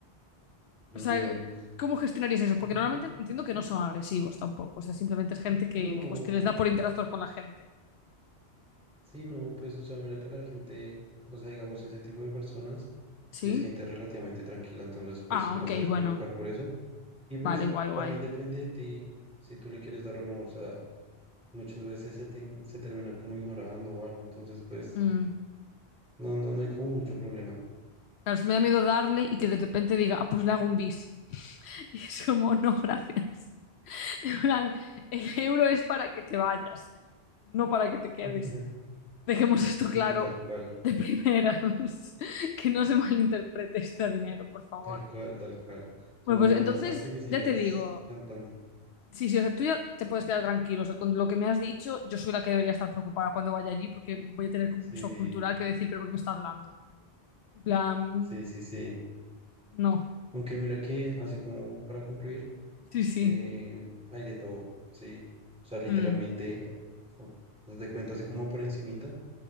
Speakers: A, in the centre; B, on the left (about 80°).
A: mm,
B: O sea, ¿cómo gestionarías eso? Porque
A: <laughs>
B: normalmente entiendo que no son agresivos tampoco, o sea, simplemente es gente que,
A: no,
B: que, pues, que les da por interactuar con la gente.
A: sí, no, pues, o sea, mira que la gente, o sea, digamos, ese tipo de personas
B: ¿Sí?
A: es gente relativamente tranquila, entonces, pues,
B: Ah,
A: no
B: ok,
A: te debes
B: bueno.
A: preocupar por eso. Y pues,
B: Vale, guay, guay.
A: también depende de ti si tú le quieres dar o no, o sea. muchas veces se, te- se termina como ignorando o algo, entonces pues
B: Mm.
A: no, no, no hay como mucho problema.
B: Claro, es que me da miedo darle y que de repente diga, ah, pues le hago un bis. <laughs> Y es como, no, gracias. <laughs> En plan, el euro es para que te vayas, no para que te quedes.
A: <laughs>
B: Dejemos esto
A: Sí,
B: claro
A: tal cual,
B: de primeras, <laughs> que no se malinterprete este dinero, por favor.
A: tal cual, tal cual. O sea,
B: Bueno,
A: no,
B: pues
A: no,
B: entonces
A: no, para que me sigas
B: ya te digo,
A: cantando.
B: sí, sí, o sea, tú ya te puedes quedar tranquilo, o sea, con lo que me has dicho, yo soy la que debería estar preocupada cuando vaya allí porque voy a tener como
A: Sí,
B: un shock cultural que decir, pero ¿por qué me está hablando? En plan,
A: sí, sí, sí.
B: no.
A: Aunque mira que, así como para concluir,
B: Sí, sí.
A: eh, hay de todo, ¿sí? O sea, literalmente,
B: Mm,
A: o- te cuento así como por encimita.